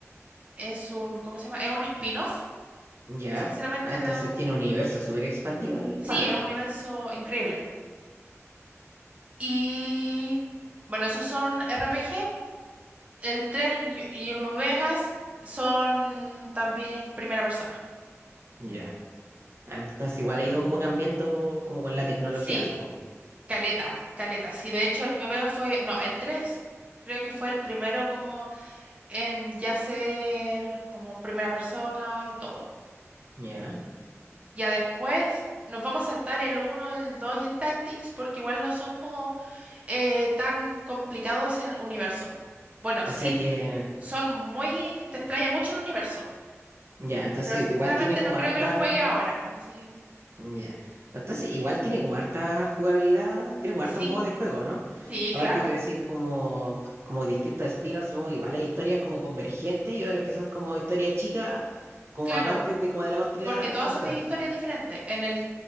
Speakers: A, on the right; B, on the right.
A: es un, ¿cómo se llama? Es un spin-off,
B: ya.
A: sinceramente,
B: Ah, entonces
A: de un-
B: tiene un universo súper expandido el
A: sí,
B: Fallout.
A: es un universo increíble. Y bueno, esos son RPG El 3 y el Vegas son también primera persona.
B: Ya. Ah, Entonces igual ha ido como cambiando como con la tecnología,
A: Sí,
B: supongo.
A: caleta, caleta. Sí, de hecho el New Vegas fue, no, el 3 creo que fue el primero como en ya ser como primera persona y todo.
B: Ya.
A: Ya después nos vamos a saltar el uno, el 2 y el Tactics porque igual no son como eh, tan complicados en universo. Bueno, sí,
B: O sea que.
A: son muy, te explaya mucho el universo,
B: Ya, entonces
A: pero sinceramente
B: igual tiene como
A: no creo
B: harta.
A: que lo juegue ahora, así.
B: Ya. Entonces igual tiene como harta jugabilidad, tiene como
A: Sí,
B: hartos modos de juego, ¿no?
A: sí,
B: Aparte
A: claro,
B: que tú decís como, como distintos spin supongo que igual hay historias como convergentes y otras que son como historias chicas, como
A: claro,
B: aparte de como de la continuidad
A: porque todos
B: central.
A: son de historias diferentes. En el,